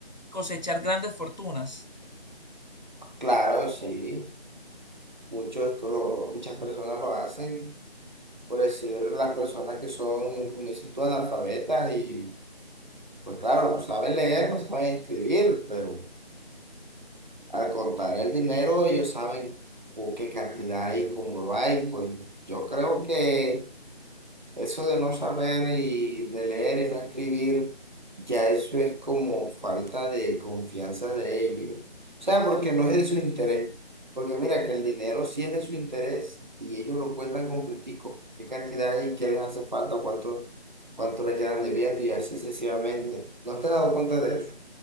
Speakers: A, on the left (about 45°); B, on the right (about 50°).
A: cosechar grandes fortunas.
B: Claro, sí, muchos, lo- muchas personas lo hacen, por decir las personas que son, como dices tú, analfabetas y pues claro, no saben leer, no saben escribir, pero al contar el dinero ellos saben o qué cantidad hay, cómo lo hay, pues yo creo que... Eso de no saber y de leer y no escribir, ya eso es como falta de confianza de ellos. O sea, porque no es de su interés. Porque mira que el dinero sí es de su interés y ellos lo cuentan completico. ¿Qué cantidad y ¿Qué les hace falta? ¿Cuánto, cuánto le quedan debiendo? Y así sucesivamente. ¿No te has dado cuenta de eso?